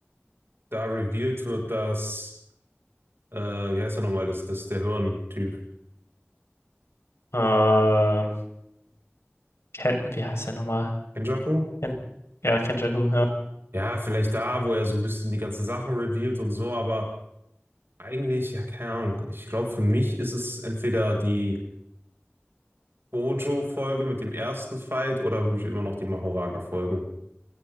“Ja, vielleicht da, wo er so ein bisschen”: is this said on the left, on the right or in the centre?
Right